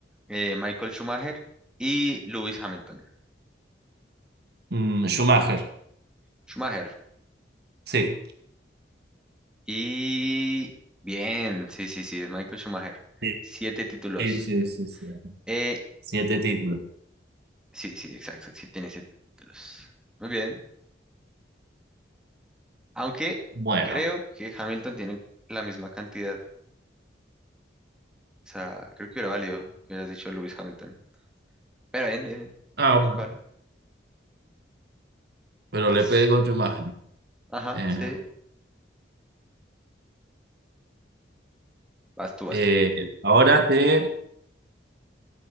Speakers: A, in the centre; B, on the right (about 60°).
A: eh, Michael Schumacher y Lewis Hamilton.
B: Mm, Schumacher,
A: Schumacher.
B: sí.
A: Y bien, sí, sí, sí, es Michael Schumacher.
B: Sí,
A: Siete títulos.
B: sí, sí, sí, sí.
A: Eh,
B: Siete títulos.
A: sí, sí, exacto, sí tiene siete títulos. Muy bien. Aunque
B: Bueno,
A: creo que Hamilton tiene la misma cantidad. O sea, creo que hubiera valido que hubieras dicho Lewis Hamilton. Pero bien, bien.
B: ah,
A: Yo creo
B: bueno,
A: que vale.
B: pero
A: Vas.
B: le pegué con Schumacher.
A: Ajá,
B: Eh,
A: sí. Vas tú, vas
B: eh,
A: tú.
B: ahora te,